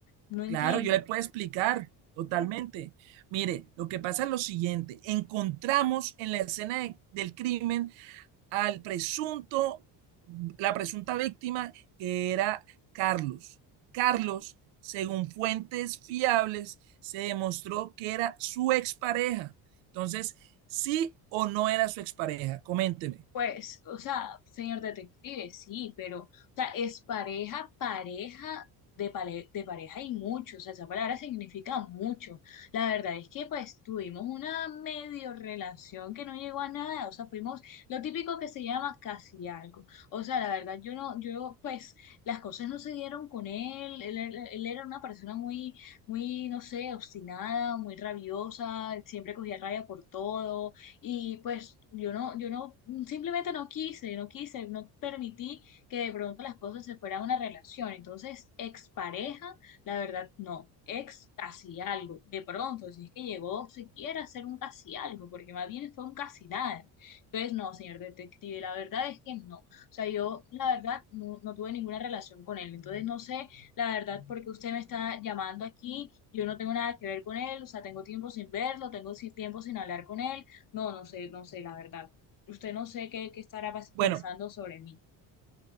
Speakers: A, on the left (about 50°); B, on the right (about 80°).
A: No entiendo.
B: Claro, yo le puedo explicar totalmente. Mire, lo que pasa es lo siguiente. Encontramos en la escena de- del crimen al presunto, la presunta víctima que era Carlos. Carlos, según fuentes fiables, se demostró que era su expareja. Entonces, sí o no era su expareja, coménteme.
A: Pues, o sea, señor detective, sí, pero, o sea, es pareja, pareja de, pale- de pareja y mucho, o sea, esa palabra significa mucho. La verdad es que, pues, tuvimos una medio relación que no llegó a nada, o sea, fuimos lo típico que se llama casi algo. O sea, la verdad, yo no, yo, pues, las cosas no se dieron con él, él, era él era una persona muy, muy, no sé, obstinada, muy rabiosa, siempre cogía rabia por todo y pues yo no, yo no, simplemente no quise, no quise, no permití que de pronto las cosas se fueran a una relación. Entonces, expareja, la verdad, no. Ex casi algo. De pronto, si es que llegó siquiera a ser un casi algo, porque más bien fue un casi nada. Entonces, no, señor detective, la verdad es que no. O sea, yo, la verdad, no, no tuve ninguna relación con él. Entonces, no sé, la verdad, porque usted me está llamando aquí, yo no tengo nada que ver con él, o sea, tengo tiempo sin verlo, tengo si- tiempo sin hablar con él. No, no sé, no sé, la verdad. Usted no sé qué, qué estará pas-
B: Bueno,
A: pensando sobre mí.